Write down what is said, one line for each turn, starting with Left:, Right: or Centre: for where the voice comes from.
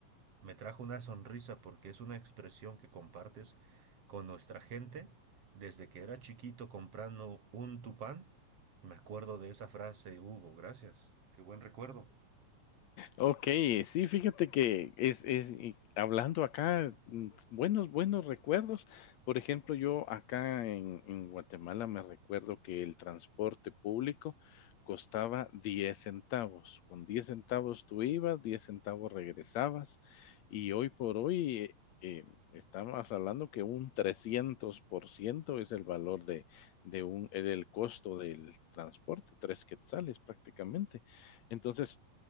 Right: me trajo una sonrisa porque es una expresión que compartes con nuestra gente. Desde que era chiquito comprando un tupán, me acuerdo de esa frase, Hugo, gracias. Qué buen recuerdo.
Left: Ok, sí, fíjate que es es y hablando acá, mm, buenos buenos recuerdos. Por ejemplo, yo acá en en Guatemala me recuerdo que el transporte público costaba 10 centavos. Con 10 centavos tú ibas, 10 centavos regresabas, y hoy por hoy, eh, em, estamos hablando que un 300% es el valor de de un eh, del costo del transporte, 3 quetzales prácticamente. Entonces,